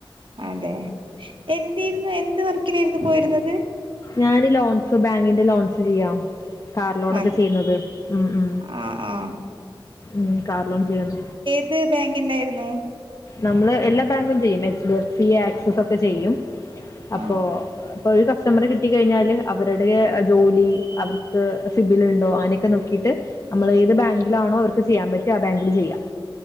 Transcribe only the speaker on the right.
അതെ എന്തായിരുന്നു എന്ത് വർക്കിനായിരുന്നു പോയിരുന്നത്
അതെ
ആ ആ
ത് ഏത് ബാങ്കിന്റായിരുന്നു
ആ